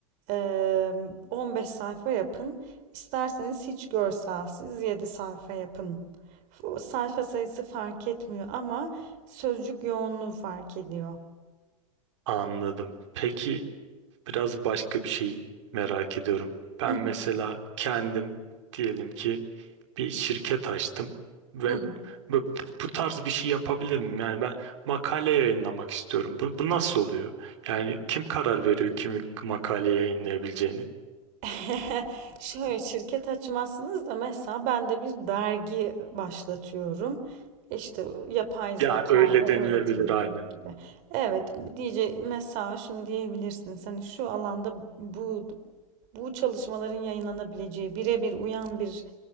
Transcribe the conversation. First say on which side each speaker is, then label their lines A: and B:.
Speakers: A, on the right; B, on the right.
A: e, 15 sayfa yapın. İsterseniz hiç görselsiz 7 sayfa yapın. O sayfa sayısı fark etmiyor ama sözcük yoğunluğu fark ediyor.
B: Anladım. Peki biraz başka bir şey merak ediyorum. Ben
A: Hı hı.
B: mesela kendim diyelim ki bir şirket açtım ve
A: Hı hı.
B: bu, bu tarz bir şey yapabilir miyim? Yani ben makale yayınlamak istiyorum. Bu, bu nasıl oluyor? Yani kim karar veriyor kimin makale yayınlayabileceğini?
A: <laughs> Şöyle şirket açmazsınız da mesela ben de bir dergi başlatıyorum. İşte yapay zeka
B: Ya öyle
A: ve
B: denilebilir
A: öğretim
B: aynen.
A: gibi. Evet diyece mesela şunu diyebilirsiniz. Hani şu alanda bu bu çalışmaların yayınlanabileceği birebir uyan bir